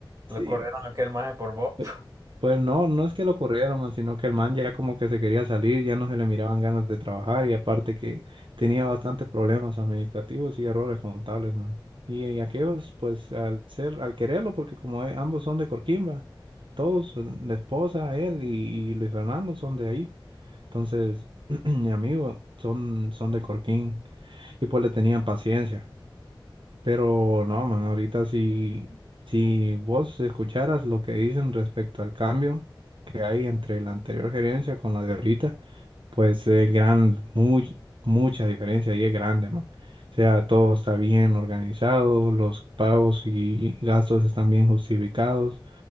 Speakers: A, on the right; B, on the right.
A: lo
B: Sí,
A: corrieron a aquel maje por vos.
B: Pues
A: <laughs>
B: pues no, no es que lo corrieron, man, sino que el man ya como que se quería salir, ya no se le miraban ganas de trabajar y aparte que tenía bastantes problemas administrativos y errores contables, man. Y, y aquellos, pues al ser, al quererlo, porque como e- ambos son de Corquimba, todos, eh, la esposa, él y, y Luis Fernando son de ahí. Entonces, <clears throat> mi amigo, son, son de Corquín y pues le tenían paciencia. Pero no, man, ahorita si, si vos escucharas lo que dicen respecto al cambio que hay entre la anterior gerencia con la de ahorita, pues es gran, muy, mucha diferencia y es grande, man. O sea, todo está bien organizado, los pagos y gastos están bien justificados,